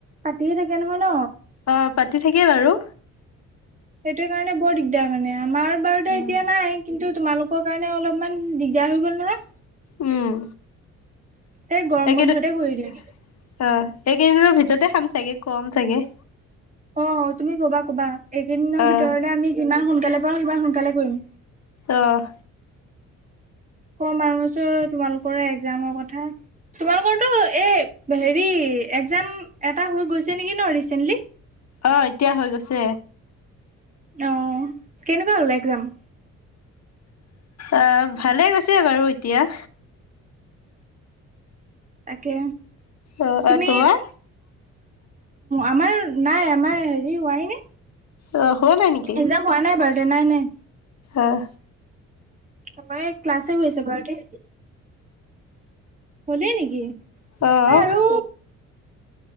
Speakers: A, on the right; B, on the left.
A: পাতিয়ে থাকে নহয় ন।
B: অ' পাতি থাকে বাৰু।
A: সেইটো কাৰণে বৰ দিগদাৰ মানে আমাৰ বাৰু
B: উম
A: এতিয়া নাই, কিন্তু তোমালোকক সেইটো কাৰণে অলপমান দিগদাৰ হৈ গ'ল নহয়।
B: উম
A: এই গৰম
B: এইকেইদিন
A: বন্ধতে
B: অ'
A: কৰি দিম।
B: এইকেইদিনৰ ভিতৰতে খাম চাগে কম। তাকে
A: অ' তুমি ক'বা ক'বা এইকেইদিনৰ
B: আহ
A: ভিতৰতে আমি যিমান সোনকালে পাওঁ সিমান সোনকালে কৰিম।
B: অহ'
A: ক মানুহ আছে তোমালোকৰ এক্সাম কথা। তোমালোকৰটো এই হেৰি এক্মাম এটা হৈ গৈছে নেকি ন ৰিচেন্টলি।
B: অ' এতিয়া হৈ গৈছে।
A: অহ, কেনেকুৱা হ'ল একজাম?
B: অহ, ভালে গৈছে বাৰু এতিয়া।
A: তাকে
B: অ অ
A: তুমি,
B: তোমাৰ
A: আমাৰ নাই আমাৰ হেৰি হোৱাই নাই।
B: অহ, হোৱা নাই নেকি?
A: এক্জাম হোৱা বাৰুতে নাই, নাই।
B: অহ।
A: আমাৰ ক্লাছে গৈছে এবাৰতে। হ'লেই নেকি?
B: অহ।
A: আৰু